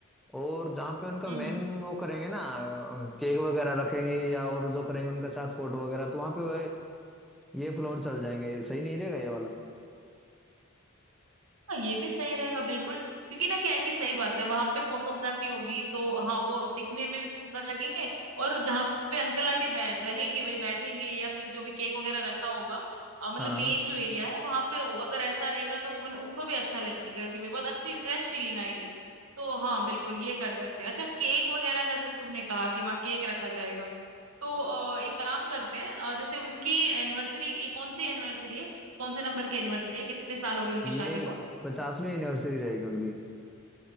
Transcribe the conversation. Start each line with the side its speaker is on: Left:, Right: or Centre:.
Centre: और जहाँ पे उनका
Right: हम्म
Centre: मेन
Right: हम्म
Centre: वो करेंगे ना केक वगैरह रखेंगे या और जो करेंगे उनके साथ फोटो वगैरह तो वहां पे वो- ये फ्लोर चल जाएंगे सही नहीं रहेगा ये वाला
Right: हाँ ये भी सही रहेगा बिल्कुल क्योंकि ना क्या है कि सही बात है वहां पे फोटोग्राफी होगी तो हाँ वो दिखने में भी सुंदर लगेंगे और जहाँ पे अंकल आंटी बै- रहेंगे भाई बैठेंगे या फिर जो भी केक वगैरह रखा होगा अ, मतलब
Centre: हाँ
Right: मेन जो एरिया है वहां पे अगर ऐसा रहेगा तो उन, उनको भी अच्छा लगेगा कि भाई बहुत अच्छी फ्रेश फीलिंग आएगी तो हाँ बिल्कुल ये कर सकते हैं अच्छा केक वगैरह का जैसे तुमने कहा कि वहाँ केक रखा जाएगा तो अ, एक काम करते हैं अ, जैसे उनकी एनिवर्सरी ये कौन सी एनिवर्सरी है कौन से नंबर की एनिवर्सरी है कितने साल हो गए उनकी
Centre: ये
Right: शादी को
Centre: पचासवीं एनिवर्सरी रहेगी उनकी